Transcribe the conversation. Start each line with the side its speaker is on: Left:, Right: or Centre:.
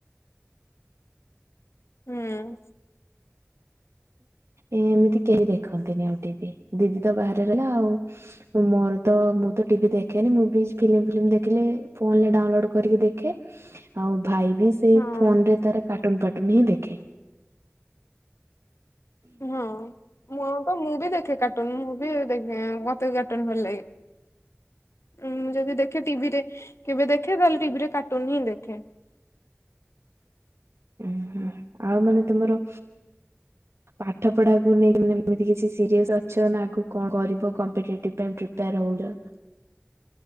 Left: ହୁଁ ଉଁ।
Right: ଏମିତି କେହି ଦେଖନ୍ତିନି ଆଉ ଟି ଭି, ଦିଦି ତ ବାହାରେ ରହିଲା ଆଉ। ମୁଁ ଆଉ ତ ମୁଁ ତ ଟିଭି ଦେଖେନି, ମୁଁ ବି ଫିଲ୍ମ ଫିଲିମ ଦେଖିଲେ ଫୋନରେ ଡାଉନଲୋଡ କରିକି ଦେଖେ ଆଉ ଭାଇ ବି ସେଇ
Left: ହଁ।
Right: ଫୋନରେ ତାର କାର୍ଟୁନ ଫାଟୁନ ହିଁ ଦେଖେ।
Left: ହଁ ମୁଁ ଆଉ ତ, ମୁଁ ବି ଦେଖେ କାର୍ଟୁନ, ମୁଁ ବି ଦେଖେ, ମତେ କାର୍ଟୁନ ଭଲ ଲାଗେ। ଉଁଁ, ଯଦି ଦେଖେ ଟିଭିରେ କେବେ ଦେଖେ ନ ହେଲେ ଟିଭିରେ କାର୍ଟୁନ ହିଁ ଦେଖେ।
Right: ଉଁ ହୁଁ ଆଉ ମାନେ ତୁମର ପାଠ ପଢାକୁ ନେଇ ଏମତି କିଛି ସିରିୟସ ଅଛ, ନା ଆଗକୁ କଣ କରିବ କମ୍ପିଟେଟିଭ ପାଇଁ ପ୍ରିପେଆର ହୋଉଛ? <inaudible>